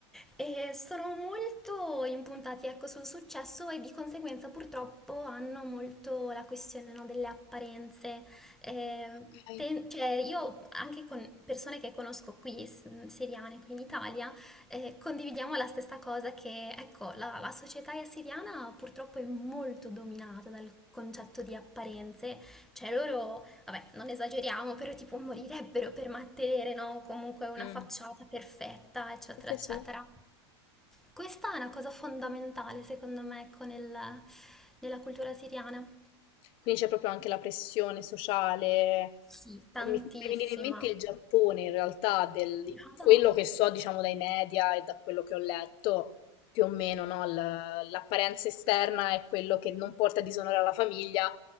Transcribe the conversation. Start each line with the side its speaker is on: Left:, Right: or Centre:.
Centre: E sono molto impuntati, ecco, sul successo e di conseguenza purtroppo hanno molto la questione, no, delle apparenze. Ehm,
Left: Ok.
Centre: ten- cioè, io anche con persone che conosco qui, s- siriane, qui in Italia, eh, condividiamo la stessa cosa che, ecco, la, la società siriana purtroppo è molto dominata dal concetto di apparenze, cioè loro Vabbè, non esageriamo, però tipo morirebbero per mantenere, no? Comunque una
Left: Mm.
Centre: facciata perfetta, eccetera,
Left: Sì, sì,
Centre: eccetera.
Left: sì.
Centre: Questa è una cosa fondamentale, secondo me, ecco, nel- nella cultura siriana.
Left: Quindi c'è proprio anche la pressione sociale.
Centre: Sì. Tantissima.
Left: Mi fa venire in mente il Giappone, in realtà, del- di
Centre: Brava.
Left: quello che so, diciamo, dai media e da quello che ho letto, più o meno, no? L- L'apparenza esterna è quello che non porta disonore alla famiglia